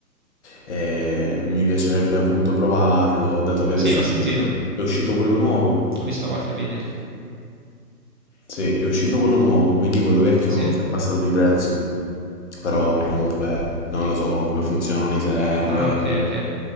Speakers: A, on the left; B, on the right.
A: E mi piacerebbe appunto provarlo, dato che
B: Sì,
A: adesso
B: l'ho
A: è uscito,
B: sentito.
A: è uscito quello nuovo.
B: Ho visto qualche video.
A: Sì, è uscito quello nuovo, quindi quello vecchio
B: Ah sì?
A: si è abbassato di prezzo. Però comunque non lo so come funzionano i server.
B: Ah, ok, ok.